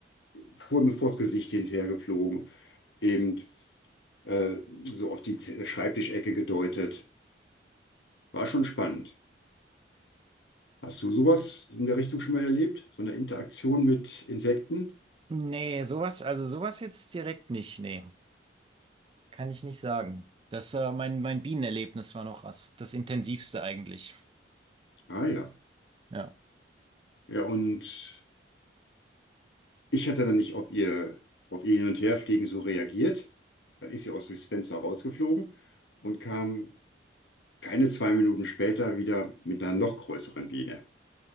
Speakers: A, on the left; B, on the right.
A: Vor mir vors Gesicht hinterhergeflogen, eben äh, so auf die T- Schreibtischecke gedeutet. War schon spannend. Hast du sowas in der Richtung schon mal erlebt? So eine Interaktion mit Insekten?
B: Nee, sowas, also sowas jetzt direkt nicht, nee, kann ich nicht sagen. Das, äh, mein, mein Bienenerlebnis war noch das, das intensivste eigentlich.
A: Ah ja.
B: Ja.
A: Ja, und Ich hatte dann nicht auf ihr, auf ihr Hin- und Herfliegen so reagiert. Dann ist sie aus dem Fenster rausgeflogen und kam keine zwei Minuten später wieder mit einer noch größeren Biene,